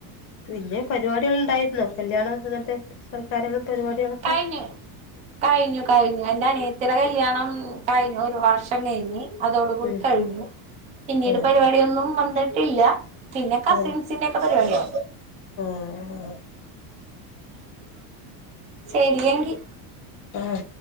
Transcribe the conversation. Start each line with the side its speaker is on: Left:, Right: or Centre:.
Left: പിന്നെ പരിപാടികൾണ്ടായിരുന്നു. കല്യാണം അങ്ങനത്തെ സൽക്കാരങ്ങ പരിപാടികളൊക്കെ.
Right: കഴിഞ്ഞു, കഴിഞ്ഞു ക, ഴിഞ്ഞു എന്റെ അനിയത്തിര കല്യാണം കഴിഞ്ഞു ഒരു വർഷം കഴിഞ്ഞ്. അതോട് കൂടി
Left: ഉം
Right: കഴിഞ്ഞു പിന്നീട്
Left: ആഹ്
Right: പരിപാടിയൊന്നും വന്നിട്ടില്ല. പിന്നെ കസിൻസ്
Left: ആഹ്
Right: പിന്നക്കെ പരിപാടിയ.
Left: ആഹ്
Right: ശരിഎങ്കി.
Left: ആഹ.